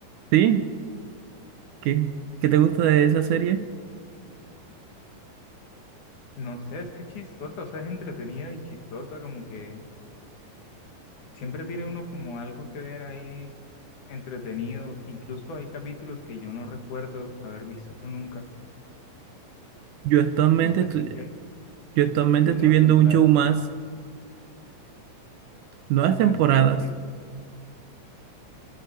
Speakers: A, on the right (about 75°); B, on the left (about 60°).
A: ¿Sí? ¿Qué, qué te gusta de esa serie?
B: No sé, es que chistosa, o sea, es entretenida y chistosa, como que siempre tiene uno como algo que ver ahí entretenido. Incluso hay capítulos que yo no recuerdo haber visto nunca.
A: Yo actualmente
B: No sé
A: estoy,
B: si es que
A: yo actualmente
B: hay
A: estoy
B: nuevas
A: viendo
B: temporadas.
A: un show más, nuevas
B: Uf,
A: temporadas,
B: es que es así.